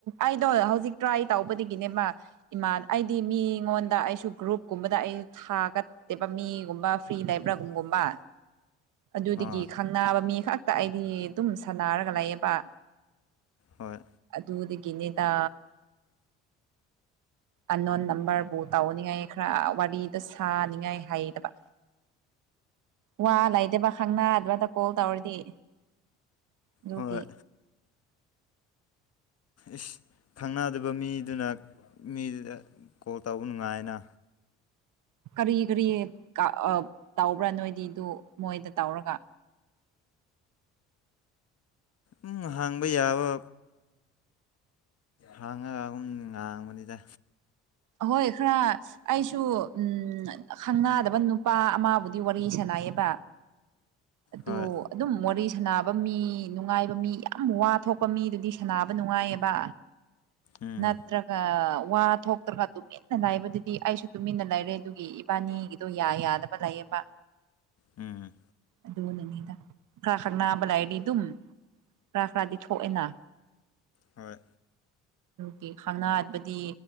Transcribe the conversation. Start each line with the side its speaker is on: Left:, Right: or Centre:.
Right: ꯑꯩꯗꯣ ꯍꯧꯖꯤꯛ ꯇ꯭ꯔꯥꯏ ꯇꯧꯕꯗꯒꯤꯅꯦ ꯃꯥ ꯏꯃꯥꯟ ꯑꯩꯗꯤ ꯃꯤꯉꯣꯟꯗ ꯑꯩꯁꯨ ꯒ꯭ꯔꯨꯞꯀꯨꯝꯕꯗ ꯑꯩꯁꯨ ꯊꯥꯒꯠ ꯃꯤꯒꯨꯝꯕ ꯐ꯭ꯔꯤ ꯂꯩꯕ꯭ꯔꯥꯒꯨꯝꯕ ꯑꯗꯨꯗꯒꯤ
Left: ꯑꯥ
Right: ꯈꯪꯅꯕ ꯃꯤ ꯈꯛꯇ ꯑꯩꯗꯤ ꯑꯗꯨꯝ ꯁꯥꯟꯅꯔꯒ ꯂꯩꯌꯦꯕ
Left: ꯍꯣꯏ
Right: ꯑꯗꯨꯗꯒꯤꯅꯦꯗ ꯑꯟꯅꯣꯟ ꯅꯝꯕꯔꯕꯨ ꯇꯧꯅꯤꯡꯉꯥꯏ ꯈ꯭ꯔꯥ ꯋꯥꯔꯤꯗꯣ ꯁꯥꯅꯤꯡꯉꯥꯏ ꯍꯩꯇꯗꯕ ꯋꯥ ꯂꯩꯇꯦꯕ ꯈꯪꯅꯥꯗꯔꯒ ꯀꯣꯜ ꯇꯧꯔꯗꯤ ꯑꯗꯨꯒꯤ
Left: ꯍꯣꯏ ꯏꯁ ꯈꯪꯅꯗꯕ ꯃꯤꯗꯨꯅ ꯃꯤꯗꯨꯗ ꯀꯣꯜ ꯇꯧꯕ ꯅꯨꯡꯉꯥꯏꯅ
Right: ꯀꯔꯤ ꯀꯔꯤ ꯀꯥ ꯑꯥ ꯇꯧꯕ꯭ꯔꯥ ꯅꯣꯏꯗꯤꯗꯨ ꯃꯣꯏꯗ ꯇꯧꯔꯒ
Left: ꯎꯝ ꯍꯥꯡꯕ ꯌꯥꯕ ꯍꯥꯡꯉꯒ ꯎꯝ ꯉꯥꯡꯕꯅꯤꯗ
Right: ꯑꯍꯣꯏ ꯈꯔ ꯑꯩꯁꯨ ꯎꯝ ꯈꯪꯅꯥꯗꯕ ꯅꯨꯄꯥ ꯑꯃꯕꯨꯗꯤ ꯋꯥꯔꯤ ꯁꯅꯩꯌꯦꯕ ꯑꯗꯨ
Left: ꯍꯣꯏ
Right: ꯑꯗꯨꯝ ꯋꯥꯔꯤ ꯁꯥꯅꯕ ꯃꯤ ꯅꯨꯡꯉꯥꯏꯕ ꯃꯤ ꯌꯥꯝ ꯋꯥ ꯊꯣꯛꯄ ꯃꯤꯗꯨꯗꯤ ꯁꯅꯕ ꯅꯨꯡꯉꯥꯏꯌꯦꯕ
Left: ꯎꯝ
Right: ꯅꯠꯇ꯭ꯔꯒ ꯋꯥ ꯊꯣꯛꯇ꯭ꯔꯒ ꯇꯨꯃꯤꯟꯅ ꯂꯩꯕꯗꯨꯗꯤ ꯑꯩꯁꯨ ꯇꯨꯃꯤꯟꯅ ꯂꯩꯔꯦ ꯑꯗꯨꯝ ꯢ ꯏꯕꯥꯅꯤꯒꯤꯗꯣ ꯌꯥ ꯌꯥꯗꯕ ꯂꯩꯌꯦꯕ
Left: ꯎꯝ
Right: ꯑꯗꯨ ꯅꯅꯤꯗ ꯈꯔꯥ ꯈꯪꯅꯥꯕ ꯂꯔꯗꯤ ꯑꯗꯨꯝ ꯈꯔꯥ ꯈꯔꯥꯗꯤ ꯊꯣꯛꯑꯦꯅꯥ
Left: ꯍꯣꯏ
Right: ꯗꯤ ꯈꯪꯅꯥꯠꯕꯗꯤ